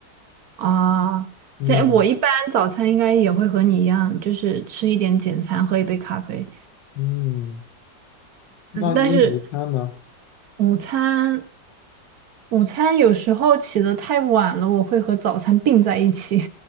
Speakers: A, on the right; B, on the left.
A: 啊，
B: 嗯
A: 这我一般早餐应该也会和你一样，就是吃一点简餐，喝一杯咖啡。
B: 嗯，那你午餐呢？
A: 嗯，但是午餐，午餐有时候起得太晚了，我会和早餐并在一起。